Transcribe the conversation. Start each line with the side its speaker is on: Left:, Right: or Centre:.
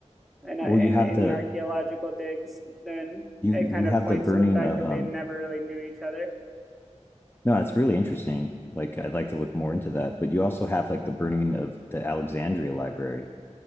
Centre: and
Left: Well,
Centre: uh, in
Left: you have
Centre: any
Left: the
Centre: archaeological digs, then
Left: you
Centre: it
Left: you
Centre: kind
Left: have
Centre: of points
Left: the burning
Centre: to the fact
Left: of
Centre: that
Left: um
Centre: they never really knew each other.
Left: no, it's really interesting. Like I'd like to look more into that, but you also have like the burning of the Alexandria library,